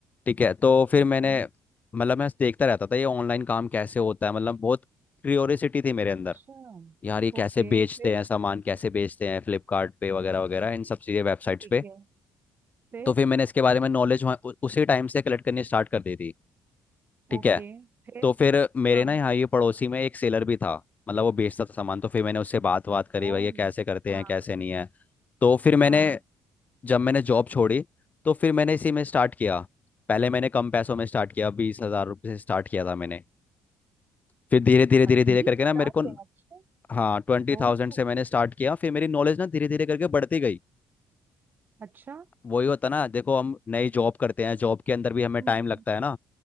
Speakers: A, on the left; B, on the right.
A: ठीक है तो फिर
B: ओके
A: मैंने मतलब मैं देखता रहता था ये ऑनलाइन काम कैसे होता है मतलब बहुत क्यूरियोसिटी थी मेरे
B: अच्छा
A: अंदर यार ये कैसे
B: ओके
A: बेचते
B: फिर
A: हैं सामान कैसे बेचते हैं फ्लिपकार्ट पे वगैरह वगैरह इन सब चीज़ें वेबसाइट्स
B: ठीक
A: पे
B: है फिर
A: तो फिर मैंने इसके बारे में नॉलेज उसी टाइम से कलेक्ट करनी स्टार्ट कर दी थी ठीक
B: ओके
A: है
B: फिर
A: तो फिर मेरे
B: हाँ
A: ना यहाँ ये पड़ोसी में एक सेलर भी था मतलब वो बेचता था सामान तो फिर मैंने उससे बात बात करी
B: ओ
A: भाई ये कैसे करते
B: हाँ
A: हैं कैसे नहीं है तो फिर मैंने
B: हाँ
A: जब मैंने जॉब छोड़ी तो फिर मैंने इसी में स्टार्ट किया पहले मैंने कम पैसों में स्टार्ट किया बीस हजार रुपये से स्टार्ट किया था मैंने फिर धीरे धीरे धीरे
B: अच्छा
A: धीरे
B: 20,000
A: करके ना मेरे को
B: पे अच्छे
A: हाँ ट्वेंटी
B: ओ
A: थाउजेंड से मैंने स्टार्ट किया फिर मेरी नॉलेज ना धीरे धीरे करके बढ़ती गई
B: अच्छा
A: वही होता ना देखो हम नई जॉब करते हैं जॉब के अंदर भी हमें
B: हम्म
A: टाइम लगता है ना